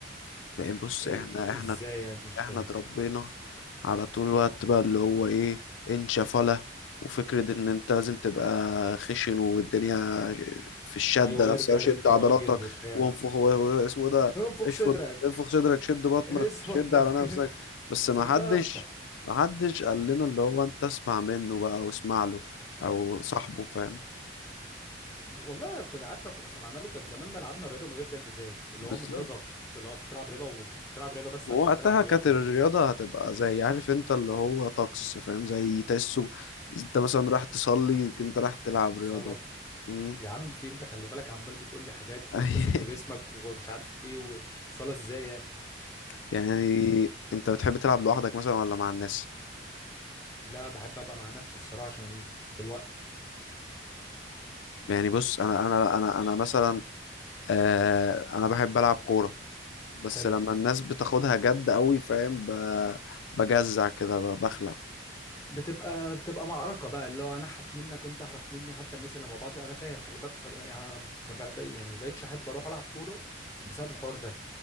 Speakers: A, on the left (about 75°); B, on the left (about 15°).
A: لأن بص
B: إيه-
A: احنا احنا
B: ازاي يعني مش
A: احنا
B: فاهم
A: اتربينا على طول الوقت بقى اللي هو ايه انشفلة وفكرة ان انت لازم تبقى خشن والدنيا في الشدة
B: ايوه
A: نفسها
B: ارجع لأن
A: شد
B: انت
A: عضلاتك
B: راجل وبتاع
A: وانفخ و- و- اسمه ده
B: انفخ
A: اشفط
B: صدرك
A: انفخ صدرك شد بطنك
B: هز
A: شد
B: بطنك
A: على نفسك
B: <laughs>
A: بس
B: سعكها
A: ما حدش ما حدش قال لنا اللي هو انت اسمع منه بقى واسمع له او صاحبه فاهم
B: والله كنا عارف لو كنا سمعنا له كان زماننا لعبنا رياضه من غير جلد ذات اللي
A: بالظبط
B: هو من غير ضغط اللي هو بتلعب رياضه وبتلعب رياضه بس
A: وقتها
B: عشان تلعب رياضه
A: كانت الرياضة
B: فاهم
A: هتبقى زي عارف انت اللي هو طقس فاهم زي تحسه انت مثلا راح تصلي انت راح تلعب رياضة
B: صلاه
A: مم.
B: يا عم في إيه؟ انت خلي بالك عمال بتقول لي حاجات
A: <laughs>
B: تتصل بجسمك ومش عارف ايه وصلاه ازاي يعني
A: يعني انت بتحب تلعب لوحدك مثلا ولا مع الناس
B: لا بحب ابقى مع نفسي الصراحه عشان في الوقت
A: يعني بص انا انا انا انا مثلا آه انا بحب العب كورة بس
B: حلو
A: لما الناس بتاخدها جد قوي فاهم ب- بجزع كده ب- بخلع
B: بتبقى بتبقى معركه بقى اللي هو انا احرف منك وانت احرف مني حتى الناس اللي مع بعض انا فاهم خلي بالك وخ- يعني انا ما بق- يعني ما بقتش احب اروح العب كوره بسبب الحوار ده